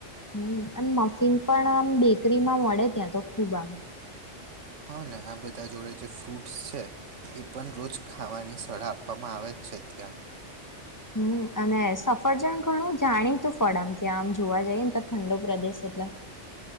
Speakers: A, on the left; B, on the right.
A: હમ્મ અને મફીન પણ આમ બેકરી માં મળે ત્યાં તો ખુબ આમ.
B: હા ને આ બધા જોડે જે ફ્રૂટસ છે એ પણ રોજ ખાવાની શળા આપવામાં આવે છે ત્યાં.
A: <inaudible> <inaudible> હમ્મ અને સફરજન ઘણું જાણીતું ફળ આમ ત્યાં આમ જોવા જઈએ ને તો ઠંડો પ્રદેશ એટલા